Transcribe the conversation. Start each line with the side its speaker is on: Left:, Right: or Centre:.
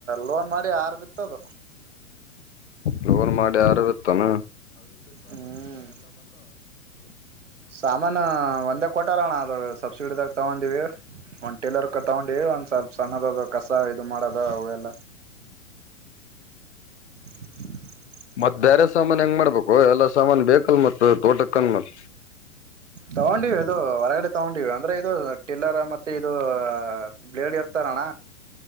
Right: ಲೋನ್ ಮಾಡಿ ಆರು ಬಿತ್ತದು
Left: ಲೋನ್ ಮಾಡಿ ಆರ ಇತ್ತಾನ
Right: ಹ್ಮ್ ಸಾಮಾನ ಒಂದೇ ಕೊಟಾರಣ ಅದ ಸಬ್ಸಿಡಿದಾಗ ತಗೊ ವೆ ಒನ್ ಟೇಲರ್ ತಗೊಂಡಿ ಒಂದ ಸ್ವಲ್ ಸಣ್ಣದ ಕಸ ಇದು ಮಾಡೋದು ಅವೆಲ್ಲ <inaudible>
Left: ಮ ಸಾಮಾನನ್ ಹೆಂಗ್ ಮಾಡ್ಬೇಕು ಎಲ್ಲಾ ಸಾಮಾನ ಬೇಕಲ್ ಮತ್ತ ತೋಟ ಕಂಗಮಲ್
Right: ತಗೊಂಡಿವ ಇದು ಹೊರಗಡೆ ತಗೊಂಡಿವ ಅಂದ್ರೆ ಇದು ಟಿಲ್ಲರ್ ಮತ್ತೆ ಮತ್ತೆ ಇದು ಬ್ಲೇಡ್ ಇರ್ತಾರಣ